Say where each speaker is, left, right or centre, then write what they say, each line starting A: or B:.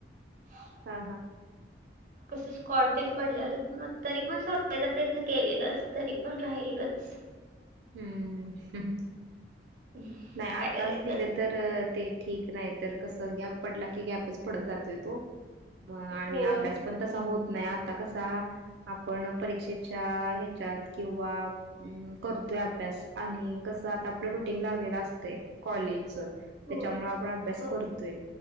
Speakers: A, on the right; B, on the right.
A: ह
B: हां. हां.
A: कस स्कॉर्टिन पडलेल्यात ना? तरी पण अस - याचा प्रयत्न केलेलाएस. तरी पण राहिलच.
B: हम्म.
A: काय
B: नाही आत्ताच
A: करायचं
B: दिलं
A: आता?
B: तर ते- ठीक. नाही तर कस? गॅप पडला की गॅपच पडत जातोय तो. म आणि
A: होय.
B: अभ्यास पण- असा होत नाही. आता कसा? आपण परीक्षेच्या ह्याच्यात किंवा अं - करतोय अभ्यास, आणि कसं आता आपलं रुटीन लागलेलं असतय, कॉलेजच.
A: होय.
B: त्याच्यामुळं आपण अभ्यास
A: होय.
B: करतोय,